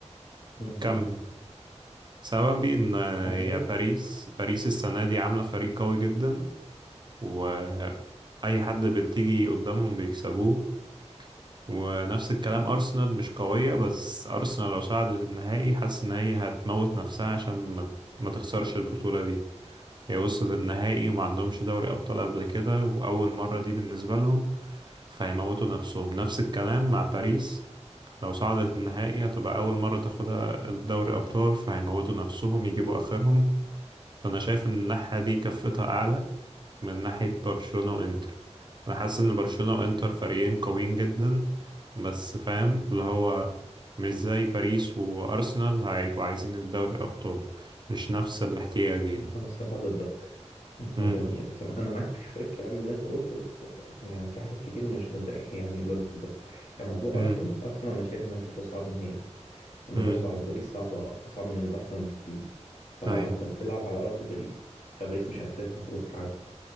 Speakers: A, on the left; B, on the right.
A: أمم،
B: كمل
A: قول.
B: سببي ان آه،
A: أنا
B: يا
A: شايف
B: باريس باريس السنه دي عامله فريق قوي جدا و اي حد بتيجي قدامهم بيكسبوه ونفس الكلام أرسنال مش قوية بس أرسنال لو صعدت النهائي حاسس إن هي هتموت نفسها عشان ما, ما تخسرش البطولة دي هي وصلت النهائي وما عندهمش دوري أبطال قبل كده وأول مرة دي بالنسبة لهم فهيموتوا نفسهم نفس الكلام مع باريس لو صعدت النهائي هتبقى أول مرة تاخدها الدوري أبطال فهيموتوا نفسهم يجيبوا آخرهم فأنا شايف إن الناحية دي كفتها أعلى من ناحية برشلونة وإنتر أنا حاسس إن برشلونة وإنتر فريقين قويين جدا بس فاهم اللي هو مش زي باريس وأرسنال هيبقوا عايزين الدوري أبطال مش نفس الاحتياج يعني
A: أنا الصراحة ضدك أنا
B: مم.
A: ضدك الصراحة أنا معاك في شوية كلام من اللي أنت قلته بس يعني في حاجات كتير مش ضد يعني ضدك يعني موضوع
B: مم.
A: أرسنال أرسنال أنا شايف إنها مش هتصعد نهائي الموضوع
B: مم.
A: صعب باريس صعبة أصعب من الأرسنال بكتير فأنت
B: أيوة
A: بتلعب على أرض باريس فباريس مش هتسيبها خلاص تعدي